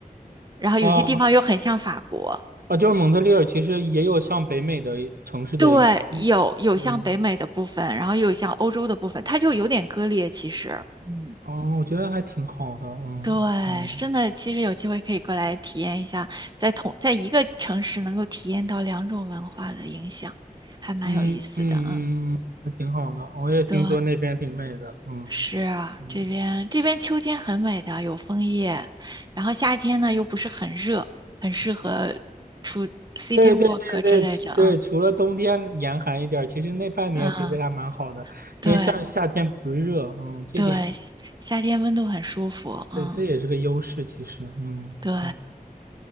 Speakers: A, on the right (about 30°); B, on the right (about 80°).
A: 然后有些地方又很像法国。
B: 啊啊，就是蒙特利尔其实也有像北美的城市的一，
A: 对，
B: 一嗯，
A: 有有像北美的部分，然后又有像欧洲的部分，它就有点割裂。其实，嗯，
B: 哦，我觉得还挺好的，嗯嗯
A: 对，真的，其实有机会可以过来体验一下，在同在一个城市能够体验到两种文化的影响，还蛮有意思的。
B: 嗯嗯嗯，
A: 嗯，
B: 还挺好的，我也听说那边挺美的，
A: 对，
B: 嗯
A: 是啊这边这边秋天很美的，
B: 嗯。
A: 有枫叶，然后夏天呢又不是很热，很适合出 city
B: 对对对对对，
A: walk 之类的。嗯
B: 除了冬天严寒一点儿，其实那半年其实还蛮好的，
A: 嗯，对
B: 因为夏夏天不热，嗯，这点
A: 对，夏夏天温度很舒服。
B: 对，
A: 嗯。
B: 这也是个优势，其实，嗯嗯，
A: 对，